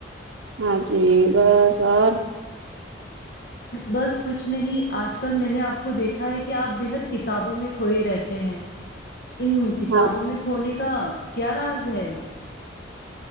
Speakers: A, on the right; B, on the left.
A: ہاں جی بس اور
B: بس کچھ نہیں آج کل میں نے آپ کو دیکھا ہے کہ آپ بے حد کتابوں میں کھوئے رہتے ہیں ان کتابوں
A: ہاں
B: میں کھونے کا کیا راز ہے